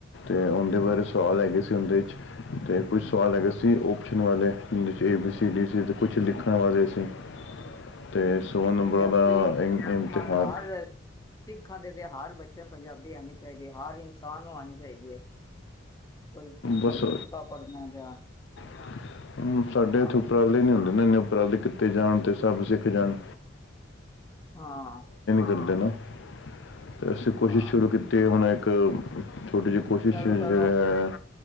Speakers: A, on the left; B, on the left.
A: ਉਹਦੇ ਬਾਰੇ ਸਵਾਲ ਹੈਗੇ ਸੀ। ਉਹਦੇ 'ਚ ਤੇ ਕੁਛ ਸਵਾਲ ਹੈਗੇਏ ਸੀ। ਸੀ, ਓਪਸ਼ਨ ਵਾਲੇ ਜਦੇ ਏ- ਬੀ- ਸੀ- ਡੀ- ਸੀ ਤੇ ਕੁਛ ਲਿਖਣ ਵਾਲੇ ਸੀ। ਤੇ
B: ਪੰਜਾਬੀ
A: ਨੰਬਰਾਂ ਦਾ ਇਮ-
B: <unintelligible>
A: ਇਮਤਿਹਾਨ
B: ਸਿੱਖਾਂ ਦੇ ਤੇ ਹਰ ਬੱਚੇ ਨੂੰ ਪੰਜਾਬੀ ਆਂਣੀ ਚਾਈਦੀ ਹੈ ਹਰ ਇਨਸਾਨ ਨੂੰ ਆਂਣੀ ਚਾਈਦੀ ਹੈ। ਕੋਈ
A: ਬਸ
B: ਗੁਰ ਗੁਟਕਾ ਪੜਨਾ ਜਾਂ
A: <inaudible> ਸਾਡੇ
B: ਹਾਂ
A: ਇੱਥੇ ਉਪਰ ਨੀ ਹੁੰਦੇ ਇਨੇ ਉਪਰ ਵਾਲੇ ਕੀਥੇ ਜਾਣ ਤੇ ਸਭ ਸਿੱਖ ਜਾਣ
B: ਹਾਂ
A: <unintelligible> ਤੇ ਅਸੀਂ ਕੋਸ਼ਿਸ਼
B: ਹਾਂ
A: ਸ਼ੁਰੂ ਕੀਤੀ ਹੁਣ ਇਕ ਛੋਟੀ ਜਿਹੀ। ਕੋਸ਼ਿਸ਼
B: ਪੈਲੋਂ-ਪੈਲੋਂ
A: ਜਿਹੜਾ ਹੈ